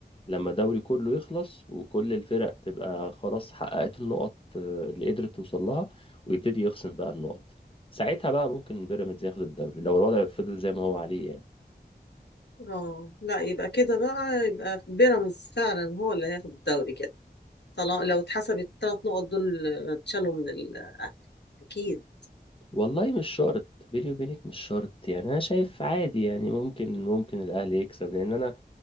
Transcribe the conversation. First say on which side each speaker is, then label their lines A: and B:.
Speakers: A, on the left; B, on the left.
A: لما الدوري كله يخلص وكل الفرق تبقى خلاص حققت النقط آه، اللي قدرت توصل لها ويبتدي يخصم بقى النقط ساعتها بقى ممكن بيراميدز ياخد الدوري لو الوضع فضل زي ما هو عليه يعني
B: اه لا يبقى كده بقى يبقى بيراميدز فعلا هو اللي هياخد الدوري كده طالما لو اتحسب الثلاث نقط دول اتشالوا من الاهلي اكيد
A: والله مش شرط بيني وبينك مش شرط يعني انا شايف عادي يعني ممكن ممكن الاهلي يكسب لان انا